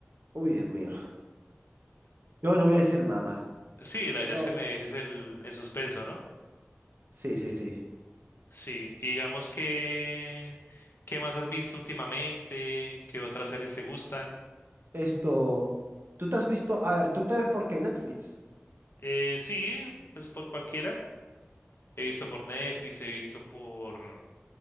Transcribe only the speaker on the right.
Uy, Dios mío. Yo no voy a decir nada.
Solo-
Sí, sí, sí.
Esto, tú te has visto, a ver, tú te ves por qué Netflix.